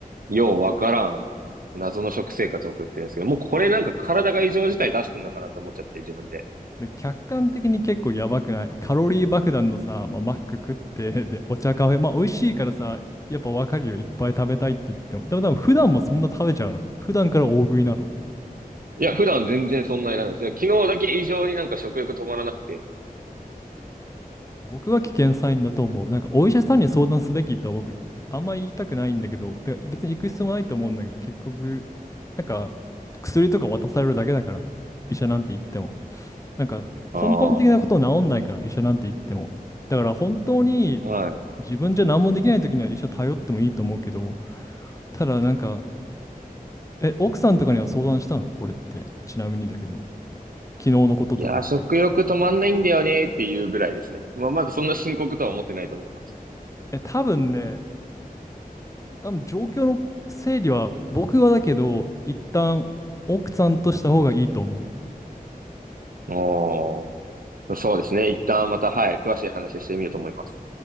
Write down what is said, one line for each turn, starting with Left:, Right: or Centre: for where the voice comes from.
Right: ようわからん謎の食生活を送ってるんですけど、もうこれなんか体が異常事態出してんのかなと思っちゃって自分で。
Left: で、客観的に結構やばくない。カロリー爆弾のさ、まあ、マック食って、<laughs> で、お茶カフェ、まあ、美味しいからさ、やっぱわかるよ。いっぱい食べたいって言っても。でも多分普段もそんな食べちゃうの。普段から大食いなの。
Right: いや、普段全然そんなになんですよ。昨日だけ異常になんか食欲止まらなくて。
Left: 僕は危険サインだと思う。なんかお医者さんに相談すべきとは僕、あんまり言いたくないんだけど、てか別に行く必要もないと思うんだけど、結局、なんか薬とか渡されるだけだから、医者なんて言っても。なんか根本的なこと治んないから、
Right: ああ、
Left: 医者なんて言っても。だから本当に
Right: はい。
Left: 自分じゃ何もできない時には医者頼ってもいいと思うけど、ただなんか、え、奥さんとかには相談したのこれって。ちなみにだけど、昨日のこととかって。
Right: いや、食欲止まんないんだよねっていうぐらいですね。まあ、まだそんな深刻とは思ってないと思います。
Left: え、多分ね、多分状況の整理は僕はだけど、一旦奥さんとした方がいいと思う。
Right: ああ、そうですね。一旦また、はい、詳しい話してみようと思います。